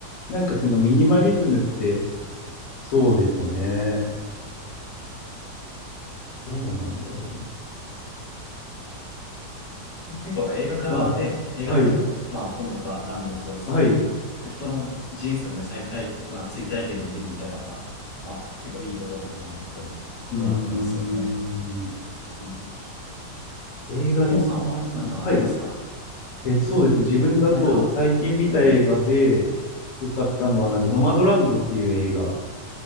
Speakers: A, on the left; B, on the left.
A: なんかそのミニマリズムって、そうですよね。どうなんだろう。
B: 結構やっぱ映画からね、
A: ま
B: 映画とかも、
A: あ、はい、
B: まあ本とかランでもそうですけど、
A: はい。
B: 人の人生のね、再体験、まあ追体験できるみたいなのが、まあ結構いいところかな、というのは思いますよね。
A: うーん。
B: うん、
A: 映画でミニマリズム。
B: 洋さんはなんかありますか
A: はい。えっと、そうですね。自分だと最近見た映画で
B: なんか、うん、
A: 良かったのは、なんかノマドランドっていう映画
B: うん、